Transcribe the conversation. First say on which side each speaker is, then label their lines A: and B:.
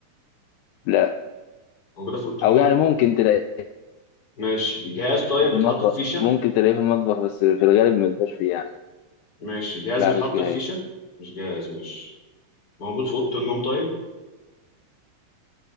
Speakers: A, on the left (about 85°); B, on the left (about 35°).
A: لا
B: موجوده في اوضه
A: او
B: النوم
A: يعني ممكن تلاقي
B: ماشي جهاز طيب بيتحط
A: المطبخ
B: في فيشه
A: ممكن تلاقيه في المطبخ بس في الغالب ما يبقاش فيه يعني
B: ماشي جهاز
A: لا
B: بيتحط
A: مش جاهز
B: في فيشه مش جهاز مش موجود في اوضه النوم طيب